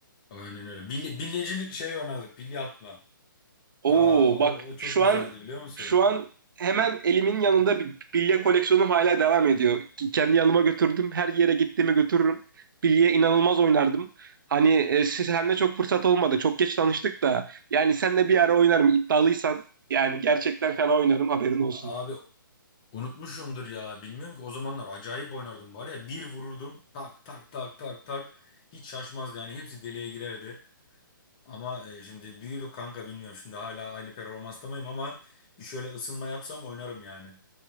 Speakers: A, on the left; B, on the right.
A: Aynen öyle. Bilye, bilyecilik şey oynardık. Bilye atma.
B: Oo
A: Aa o,
B: bak
A: o çok
B: şu
A: güzeldi
B: an
A: biliyor musun?
B: şu an hemen elimin yanında bir bilye koleksiyonum hala devam ediyor. Ki Kendi yanıma götürdüm. Her yere gittiğimi götürürüm. Bilye inanılmaz oynardım. Hani e, siz hem de çok fırsat olmadı. Çok geç tanıştık da. Yani senle bir ara oynarım iddialıysan. Yani gerçekten fena oynarım haberin olsun.
A: Abi unutmuşumdur ya. Bilmiyorum ki o zamanlar acayip oynardım var ya. Bir vururdum tak tak tak tak tak. Hiç şaşmazdı yani hepsi deliğe girerdi. Ama e, şimdi büyüdük kanka bilmiyorum. Şimdi hala aynı performansta mıyım ama bir şöyle ısınma yapsam oynarım yani.